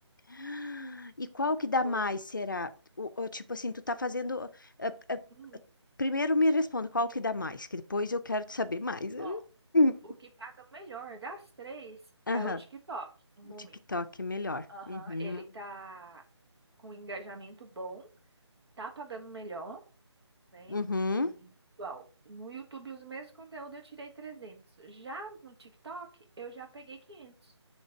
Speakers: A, on the left; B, on the right.
A: Ah, E qual que dá
B: Foi.
A: mais, será? O, o tipo assim, tu tá fazendo. eh, eh,
B: Uhum.
A: Primeiro me responda qual que dá mais, que depois eu quero te saber mais.
B: Ó,
A: Hum.
B: o que paga melhor das três
A: Aham,
B: é o TikTok, no momento.
A: TikTok é melhor.
B: Aham,
A: Uhum.
B: ele tá com engajamento bom, tá pagando melhor, né?
A: Uhum.
B: E igual, no YouTube os mesmos conteúdos eu tirei trezentos Já no TikTok eu já peguei quinhentos